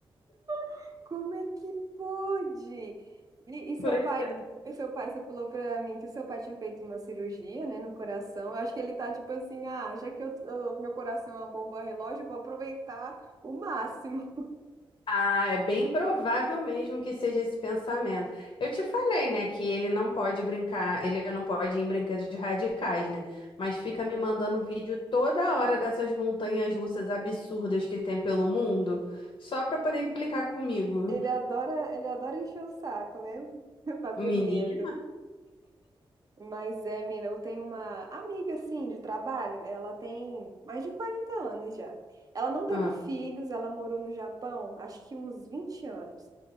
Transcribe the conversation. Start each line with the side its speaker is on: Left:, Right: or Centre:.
Right: <laughs> Como é que pode? E, e seu
Left: Pois
Right: pai,
Left: é.
Right: e seu pai, você falou pra mim que o seu pai tinha feito uma cirurgia, né, no coração. Eu acho que ele tá tipo assim, ah, já que eu, eu- meu coração é uma bomba relógio, eu vou aproveitar o máximo.
Left: Ah, é bem provável mesmo que seja esse pensamento. Eu te falei, né, que ele não pode brincar, ele não pode ir em brinquedos radicais, né? Mas fica
Right: Hum.
Left: me mandando vídeo toda hora dessas montanhas russas absurdas que tem pelo mundo, só pra poder implicar comigo.
Right: Ele adora, ele adora encher o saco, né? <laughs> Fazer
Left: Menina?
Right: medo. Mas é, menina, eu tenho uma amiga, assim, de trabalho. Ela tem mais de 40 anos já. Ela não teve
Left: Ah,
Right: filhos, ela morou no Japão, acho que uns 20 anos.